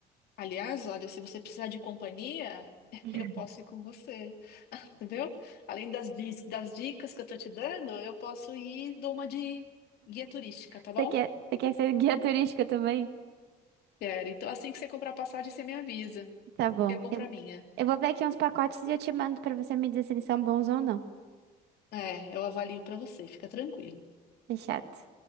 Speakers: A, on the left; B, on the right.
A: Aliás, olha, se você precisar de companhia, <laughs>
B: <laughs>
A: eu posso ir com você, <laughs> entendeu? Além das, dis- das dicas que eu tô te dando, eu posso ir e dou uma de guia turística, tá
B: Você
A: bom?
B: quer, você quer ser guia turística também?
A: Quero. Então, assim que você comprar a passagem, você me avisa.
B: Tá bom.
A: Eu compro
B: Eu, vou-
A: a minha.
B: eu vou ver aqui uns pacotes e eu te mando pra você me dizer se eles são bons ou não.
A: É, eu avalio pra você, fica tranquilo.
B: Fechado.